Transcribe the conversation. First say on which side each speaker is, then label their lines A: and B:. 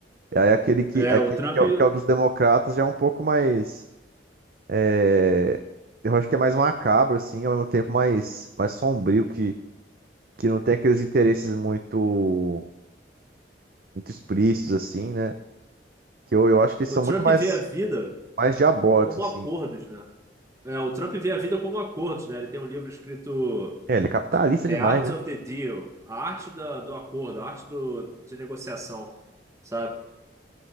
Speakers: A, on the right; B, on the right.
A: E aí aquele que,
B: É,
A: aquele
B: o Trump,
A: que é, o que é o dos democratas já é um pouco mais. é, eu acho que é mais macabro, assim, ao mesmo tempo mais, mais sombrio, que, que não tem aqueles interesses muito, muito explícitos, assim, né? Que eu, eu acho que são
B: o Trump
A: muito mais,
B: vê a vida
A: mais diabólicos,
B: como
A: assim.
B: acordos, né? É, o Trump vê a vida como acordos, né? Ele tem um livro escrito
A: É, ele é capitalista
B: The
A: demais,
B: Art
A: né?
B: of the Deal, a arte da, do acordo, a arte do, de negociação, sabe?